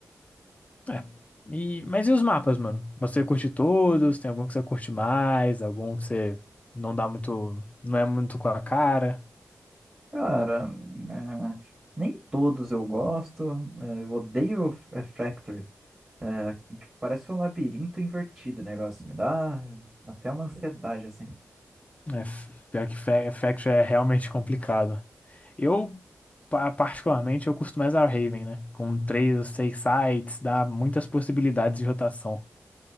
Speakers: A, on the left; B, on the right.
A: É. E, mas e os mapas, mano? Você curte todos? Tem algum que você curte mais? Algum que você não dá muito, não é muito com a cara?
B: Cara, é, nem todos eu gosto, é, eu odeio é, Fracture. É, tipo, parece um labirinto invertido o negócio, me dá até uma ansiedade, assim.
A: É, f- pior que fa- Faction é realmente complicado. Eu, pa- particularmente, eu costumo mais Haven, né? Com três ou seis sites, dá muitas possibilidades de rotação.